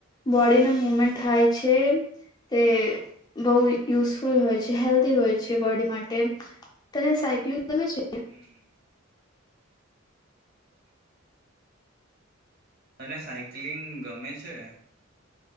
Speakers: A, on the left (about 20°); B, on the right (about 50°).
A: બોડીનું મુવમેન્ટ થાય છે. તે બોવ યુઝફુલ હોય છે, હેલ્ધી હોય છે બોડી માટે. તને સાયક્લિંગ ગમે છે કે?
B: હમ, તને સાયક્લિંગ ગમે છે?